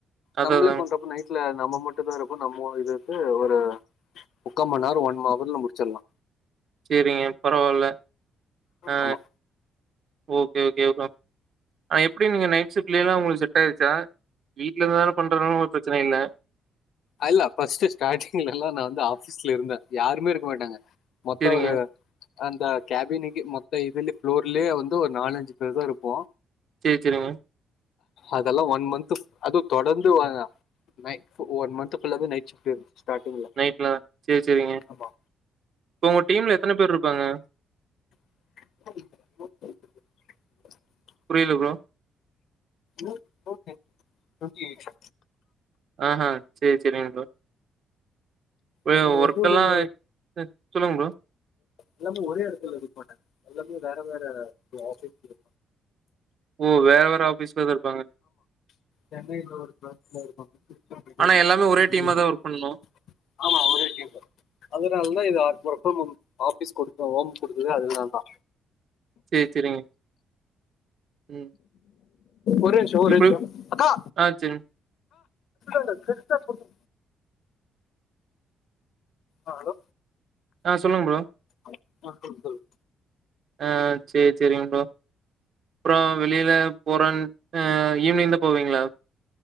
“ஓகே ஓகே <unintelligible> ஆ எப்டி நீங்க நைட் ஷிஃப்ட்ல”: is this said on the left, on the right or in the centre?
Right